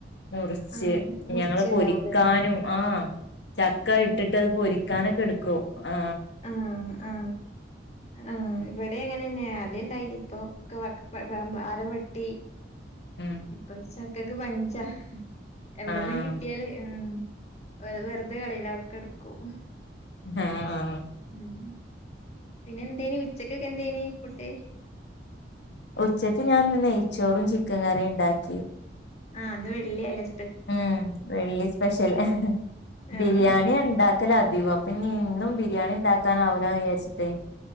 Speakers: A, on the left; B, on the left.
A: മുറിച്ച്.
B: ആഹ് മുറിച്ചുണ്ടാവൂലേ
A: ഞങ്ങൾ പൊരിക്കാനും ആഹ് ചക്ക
B: ഉം
A: ഇട്ടിട്ട് അത് പൊരി ക്കാനൊക്കെ ഇടുക്കും. ആ
B: ആ ആ ആ ഇവട്യിം അങ്ങനെന്നെ ആദ്യം ണ്ടായിനി. തോ ക് വക വാ മരം വെട്ടി.
A: ഉം
B: ഇപ്പരി ചക്- ക്കക് പഞ്ചാ- എവിടെന്നും
A: ആഹ്
B: കിട്ടിയാല് ഉം- <unintelligible> വെറുതെ കളിയില ഒക്കെ എടുക്കും.
A: ആഹ് ആ
B: ഉം പിന്നെ എന്തേന് ഉച്ചക്കൊക്കെ എന്തേന് ഫുഡ്.
A: ഉച്ചക്ക് ഞാനിന്ന് നെയ്ചേറും, ചിക്കൻ കറിയും ഉണ്ടാ കി.
B: ആഹ് ഇന്ന് വെള്ളി അലെ,
A: ഉം വെള്ളി സ്പെഷ്യൽ ബിരിയാണി
B: ആഹ്
A: ഉണ്ടാ കല അധികം. പിന്നെ ഇന്നും ബിരിയാണി ഉണ്ടാ കാനാവുല്ലന്നെ വിചാരിച്ചിട്